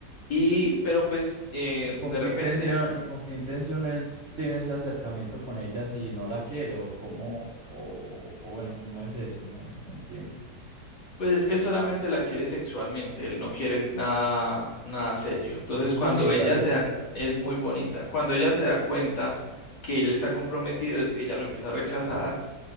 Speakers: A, on the left; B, on the right.
A: Y, pero pues eh,
B: ¿Y con
A: de
B: qué
A: repente,
B: intención, y con qué intención él tiene ese acercamiento con ella si no la quiere o cómo, o, o bueno, cómo es eso? No, no entiendo.
A: pues es que él solamente la quiere sexualmente, él no quiere nada, nada serio. Entonces
B: Es
A: cuando
B: bonita,
A: ella
B: es
A: se
B: bonita.
A: da, es muy bonita, cuando ella se da cuenta que él está comprometido, es- ella lo empieza a rechazar